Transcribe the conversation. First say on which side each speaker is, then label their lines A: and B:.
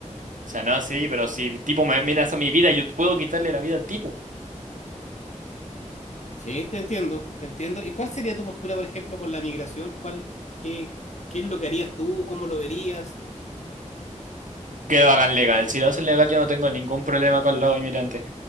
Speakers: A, on the right; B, on the left.
A: O sea, no así, pero si el tipo me amenaza mi vida, yo puedo quitarle la vida al tipo.
B: Sí, te entiendo, te entiendo. ¿Y cuál sería tu postura, por ejemplo, con la migración? ¿Cuál, qué, qué es lo que harías tú? ¿Cómo lo verías?
A: Que lo hagan legal. Si lo hacen legal, yo no tengo ningún problema con los inmigrantes.